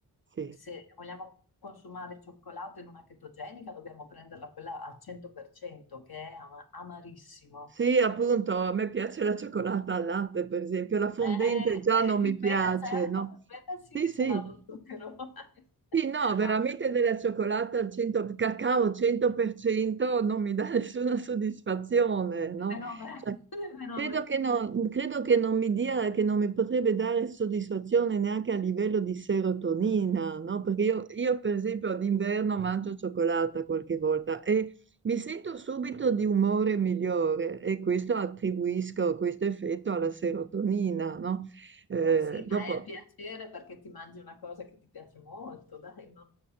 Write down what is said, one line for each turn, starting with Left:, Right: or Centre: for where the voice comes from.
Right: sì.
Left: Se vogliamo consumare cioccolato in una chetogenica, dobbiamo prenderla quella al 100%, che è ama- amarissimo.
Right: Sì, appunto, a me piace la cioccolata al latte, per esempio, la fondente
Left: Eh,
Right: già
Left: <laughs>
Right: non mi piace,
Left: quella certo,
Right: no?
Left: quella sì
Right: Sì,
Left: che
Right: sì,
Left: ce l'ha lo zucchero. <laughs>
Right: Sì,
Left: Ah,
Right: no, veramente della cioccolata al 100, cacao al 100% non mi dà <laughs> nessuna soddisfazione, no?
Left: Meno a me, <laughs>
Right: Cioè,
Left: meno
Right: credo
Left: a me.
Right: che non, credo che non mi dia, che non mi potrebbe dare soddisfazione neanche a livello di serotonina, no? Perché io, io, per esempio d'inverno mangio cioccolata qualche volta e mi sento subito di umore migliore e questo attribuisco questo effetto alla serotonina, no? Eh,
Left: Ma sì, ma
Right: dopo
Left: è il piacere perché ti mangi una cosa che ti piace molto, dai. non-